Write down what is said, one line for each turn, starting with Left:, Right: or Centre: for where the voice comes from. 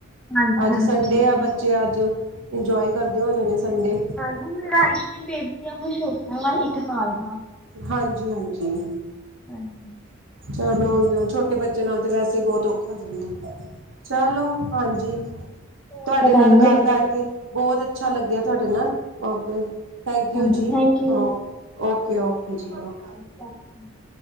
Centre: ਹਾਂਜੀ
Right: ਅੱਜ
Centre: ਹਾਂਜੀ
Right: ਸੰਡੇ
Centre: ਠੀਕ
Right: ਆ ਬੱਚੇ ਅੱਜ ਇੰਜੋਏ ਕਰਦੇ ਹੋਣੇ ਨੇ ਸੰਡੇ।
Centre: ਹਾਂਜੀ, ਮੇਰਾ ਇੱਕੀ ਬੇਬੀ ਆ ਛੋਟ ਵਾ ਇੱਕ ਸਾਲ ਦਾ।
Right: ਹਾਂਜੀ ਹਾਂਜੀ,
Centre: ਹਾਂਜੀ
Right: ਚਲੋ ਛੋਟੇ ਬੱਚੇ ਨਾਲ ਤੇ ਵੈਸੇ ਬਹੁਤ ਔਖਾ ਹੋ ਜਾਂਦਾ ਚਲੋ, ਹਾਂਜੀ।
Centre: ਕਾਲ
Right: ਤੁਹਾਡੇ
Centre: ਦਾ ਟਾਈਮ
Right: ਨਾਲ
Centre: ਹੋ
Right: ਗੱਲ
Centre: ਗਿਆ
Right: ਕਰਕੇ
Centre: ਜੀ
Right: ਬਹੁਤ ਅੱਛਾ ਲੱਗਿਆ ਤੁਹਾਡੇ ਨਾਲ ਓਕੇ। ਥੈਂਕ ਯੂ
Centre: ਹਾਂਜੀ
Right: ਜੀ
Centre: ਥੈਂਕ ਯੂ
Right: ਓ ਓਕੇ ਓਕੇ ਜੀ ਓਕੇ।
Centre: ਤ <unintelligible>